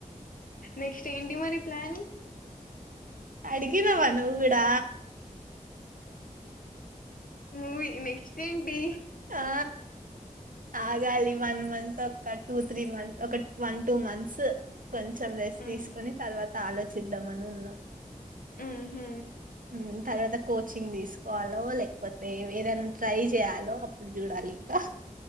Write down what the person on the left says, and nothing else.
నెక్స్ట్ ఏంటి మరి ప్లాన్
మూవీ నెక్స్ట్ ఏంటి
ఉమ్,
ఉహూ